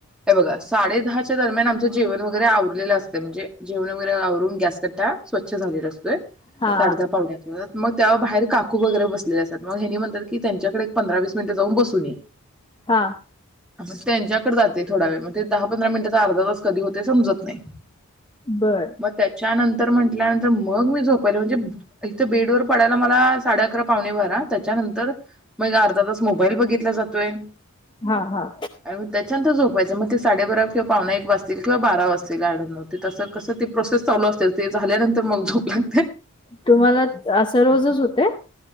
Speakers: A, in the centre; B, on the left.
A: हे बघा साडे दहाच्या दरम्यान आमच जेवण वगैेरे आव उठलेली असते म्हणजे जेवण वैगरे आवरून. गॅस कट्टा स्वच्छ झालेला अस.
B: हा.
A: साडे दहा पावणेआठ मग.. तेव्हा बाहेर काकू वगैरे बसलेल्या असत्यात मग हेनी म्हणत्यात की की त्यांच्याकडे एक पंधरा-वीस मिनिटं जाऊन बसुन ये <inaudible>
B: हा
A: म त्यांच्याकडे जाते थोडा वेळ मग ते दहा पंधरा मिनट अर्धातास कधी होतंय समजत नाही.
B: बर
A: मग त्याचा नं तर म्हण त्यानंतर मग मी झोपायला म्हणजे... एक तर बेडवर पडायला मला..... साडेअकरा पावणेबारा त्याच्यानंतर मग अर्धा तास मोबाईल बघितला जा तोय
B: हा हा
A: आणि म त्याच्यानंत झोपतोय. वैजमते साडे बारा किंवा पावना एक वाजतील किंवा बारा वाजतील आड नऊ ते तसं कसं ते प्रोसेस चालू असेल ते झाल्यानंतर मग झोपला.....
B: तुम्हाला असं रोजच होतंय?